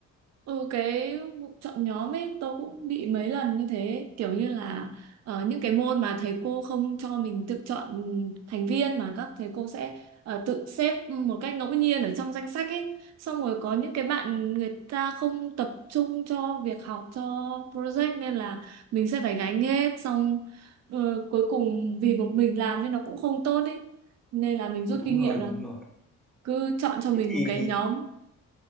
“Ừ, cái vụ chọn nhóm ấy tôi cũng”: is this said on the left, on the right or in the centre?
Right